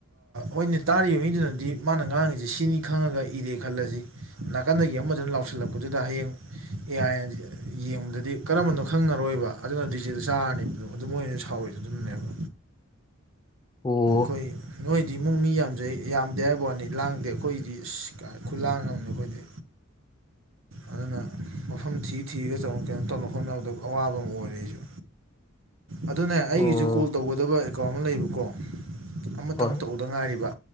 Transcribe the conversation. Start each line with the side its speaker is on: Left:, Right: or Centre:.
Right: ꯍꯣꯏꯅꯦ ꯇꯥꯔꯤꯕ ꯃꯤꯗꯨꯅꯗꯤ ꯃꯥꯅ ꯉꯥꯡꯉꯤꯁꯦ ꯁꯤꯅꯤ ꯈꯪꯉꯒ ꯏꯔꯦ ꯈꯜꯂꯁꯤ ꯅꯥꯀꯟꯗꯒꯤ ꯑꯃꯗꯨꯅ ꯂꯥꯎꯁꯤꯜꯂꯛꯄꯗꯨꯗ ꯍꯌꯦꯡ ꯑꯦ ꯑꯥꯏ ꯌꯦꯡꯕꯗ ꯑꯗꯨ ꯀꯔꯝꯕꯅꯣ ꯈꯪꯉꯔꯣꯏꯕ ꯑꯗꯨꯅ ꯗꯤꯖꯦꯗ ꯆꯥꯔꯅꯤꯕꯗꯣ ꯑꯗꯨ ꯃꯣꯏ ꯁꯥꯎꯔꯤꯗꯣ ꯑꯗꯨꯅꯅꯦꯕ
Left: ꯑꯣ
Right: ꯑꯩꯈꯣꯏ ꯅꯣꯏꯗꯤ ꯏꯃꯨꯡ ꯃꯤ ꯌꯥꯝꯖꯩ ꯌꯥꯝꯗꯦ ꯍꯥꯏꯕ ꯋꯥꯅꯤ ꯂꯥꯡꯗꯦ ꯑꯩꯈꯣꯏꯒꯤꯗꯤ ꯑ ꯈꯨꯂꯥꯡ ꯑꯃꯅꯤ ꯑꯩꯈꯣꯏꯗꯤ
Left: <inaudible>
Right: ꯑꯗꯨꯅ ꯃꯐꯝ ꯊꯤ ꯊꯤꯔꯒ <unintelligible> ꯀꯩꯅꯣ ꯇꯧꯅ ꯍꯣꯠꯅꯕꯗ ꯑꯋꯥꯕ ꯑꯃ ꯑꯣꯏꯔꯦ ꯑꯩꯁꯨ ꯑꯗꯨꯅ
Left: ꯑꯣ
Right: ꯑꯩꯒꯤꯁꯨ ꯀꯣꯜ ꯇꯧꯒꯗꯕ ꯑꯦꯀꯥꯎꯟ ꯑꯃ ꯂꯩꯌꯦꯕꯀꯣ ꯑꯃꯇꯪ
Left: ꯍꯣꯏ
Right: ꯇꯧꯗ ꯉꯥꯏꯔꯤꯕ